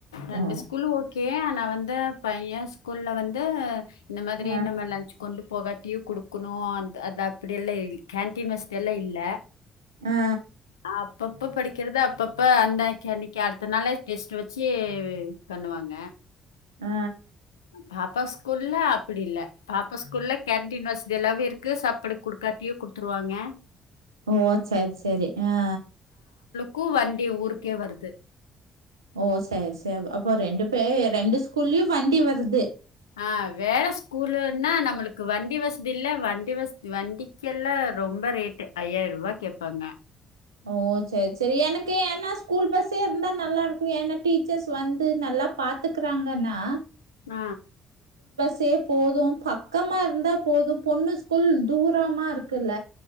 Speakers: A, on the left; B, on the right.
A: ரெண்டு
B: ஓ
A: ஸ்கூல்லு ஓகே ஆனா வந்து ந்த பைய ஸ்கூல்ல வந்து இந்த மாதிரி
B: ஆ
A: நம்ம லஞ்ச் கொண்டுப் போகடியு குடுக்கணு அந் அத் அப்படியெல் <unintelligible> கேண்டின் வசதி எல்லா இல்ல
B: ஆ
A: ஆ அப்பப்போ படிக்கிறதாப் பப்பா அந்த கேனிப் க்கிய அடுத்த நாளே டெஸ்ட்டு வச்சு பண்ணுவாங்க
B: ஆ.
A: பப்பா ஸ்கூல்ல அப்படி இல்ல பாப்பா ஸ்கூல்ல கேண்டின் வசதி எல்லாவே இருக்கு சாப்பிடு குடுக்காட்டியு குடுத்துருவாங்க
B: ஓ சரி சரி ஆ
A: கூ வண்டி ஊருக்கே வருது
B: ஓ சரி சரி அப்போ ரெண்டு பே ரெண்டு ஸ் க்குள்யு வண்டி வருது
A: ஆ வேற ஸ்கூலுன்னா நம்மளுக்கு வண்டி வசதி இல்ல வண்டி வசதி வண்டிக்கு எல்லா ரொம்ப ரேட்டு ஐயாயிரரூவா கேப்பாங்க
B: ஓ சரி சரி எனக்கு என்னா ஸ்கூல் பஸ்ஸே இருந்தா நல்லாருக்கு ஏன்னா டீச்சர்ஸ் வந்து நல்லா பாத்துக்கறாங்கன்னா
A: ஆ
B: தே போது பக்கமா இருந்தா போது பொண்ணு ஸ்கூல் தூரமா இருக்குல்ல